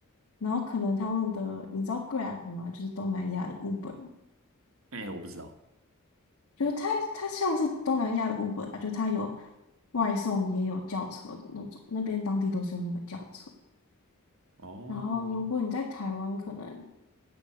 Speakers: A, on the left; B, on the right.
A: 然后可能他们的，你知道 Grab 吗？就是东南亚的 Uber，
B: 哎、我不知道。
A: 就是它它像是东南亚的 Uber 啊，就它有外送也有轿车的那种，那边当地都是用那个轿车。
B: 哦。
A: 然后如果你在台湾，可能